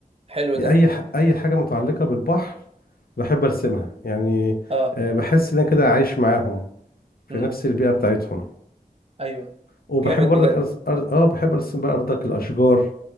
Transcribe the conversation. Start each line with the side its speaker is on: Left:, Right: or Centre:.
Right: حلو
Left: اي
Right: ده
Left: ح- اي حاجه متعلقه بالبحر بحب ارسمها يعني
Right: اه
Left: آه، بحس ان انا كده عايش معاهم في
Right: امم
Left: نفس البيئه بتاعتهم
Right: ايوه
Left: وبحب
Right: جامد
Left: برضك
Right: بجد
Left: أرس... أر... اه بحب ارسم بقى برضك الاشجار